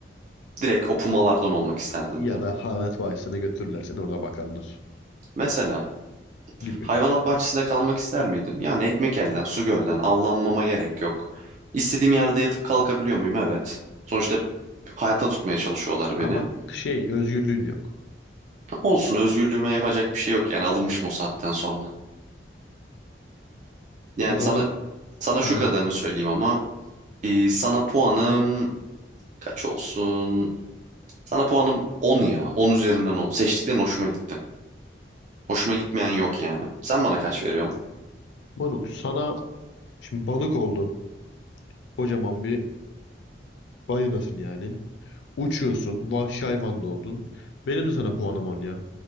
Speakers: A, on the right (about 40°); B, on the left (about 70°).
A: direkt o pumalardan olmak isterdim
B: Ya
A: ya.
B: da hayvanat bahçesine götürürler seni orada bakarlar
A: Mesela
B: gibi.
A: Hayvanat bahçesinde kalmak ister miydim? Yani ekmek elden, su gölden, avlanmama gerek yok. İstediğim yerde yatıp kalkabiliyor muyum? Evet. Sonuçta hayatta tutmaya çalışıyorlar beni.
B: Ama şey özgürlüğün yok.
A: Olsun, özgürlüğüme yapacak bir şey yok yani alınmışım o saatten sonra. Yani
B: O zaman
A: sana sana şu
B: ah,
A: kadarını söyleyeyim ama e, sana puanım kaç olsun? Sana puanım 10 ya. on üzerinden on. Seçtiklerin hoşuma gitti. Hoşuma gitmeyen yok yani. Sen bana kaç veriyorsun?
B: moruk sana şimdi balık oldun. Kocaman bir balinasın yani. Uçuyorsun. Vahşi hayvan da oldun. Benim de sana puanım on ya.